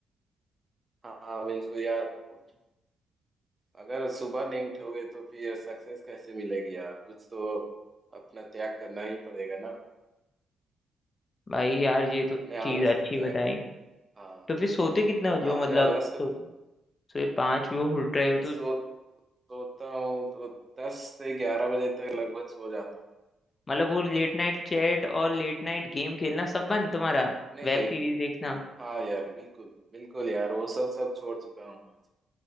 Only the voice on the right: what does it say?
हाँ बिल्कुल यार उठ- अगर सुबह नहीं उठोगे तो फिर सक्सेस कैसे मिलेगी यार कुछ तो अपना त्याग करना ही पड़ेगा ना
अपने आलस
का त्याग
हाँ
बिल्कुल
अपने
आलस को
सो सोता हूँ तो दस से ग्यारह बजे तक लगभग सो जाता हूँ
नहीं
हाँ यार बिल्कुल बिल्कुल यार वो सब सब छोड़ चुका हूँ आज